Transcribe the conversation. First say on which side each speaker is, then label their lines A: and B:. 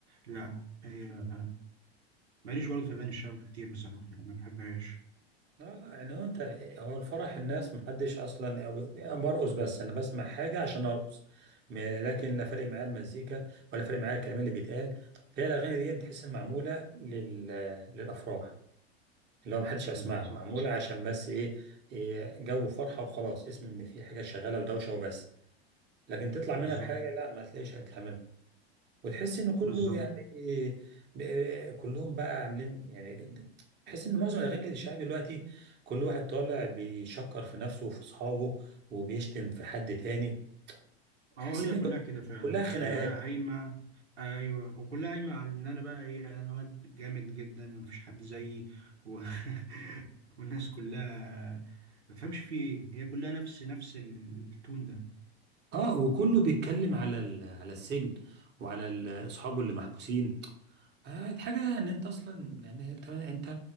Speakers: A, on the right; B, on the right.
A: لا هي ماليش برضه في اغاني الشعب كتير بصراحة يعني ما بحبهاش
B: لا لا يعني هو انت هو الفرح الناس محدش اصلا أو انا برقص بس انا بسمع حاجه عشان ارقص م- لكن لا فارق معايا المزيكا ولا فارق معايا الكلام اللي بيتقال فهي الاغاني دي تحس إن معموله لل... للافراح اللي هو محدش هيسمعها
A: مم. صح
B: معموله عشان بس ايه إيه، جو فرحه وخلاص اسم ان في حاجه شغاله ودوشه وبس لكن تطلع
A: بالظبط
B: منها بحاجه لا ما تلاقيش هتتعمل وتحس ان كله
A: بالظبط
B: يعني ب- كلهم بقى عاملين يعني تحس ان معظم الاغاني الشعبي دلوقتي كل واحد طالع بيشكر في نفسه وفي اصحابه وبيشتم في حد تاني
A: اه
B: تحس
A: هي
B: ان
A: كلها كده فعلا
B: كلها خناقات
A: كلها قايمة ايوه وكلها قايمة على ان انا بقى ايه انا واد جامد جدا مفيش حد زيي و... <laughs> والناس كلها ما تفهمش في ايه هي كلها نفس نفس التون ده
B: اه وكله بيتكلم على ال- على السجن وعلى ال- اصحابه اللي محبوسين آه حاجه ان انت اصلا يعني انت انت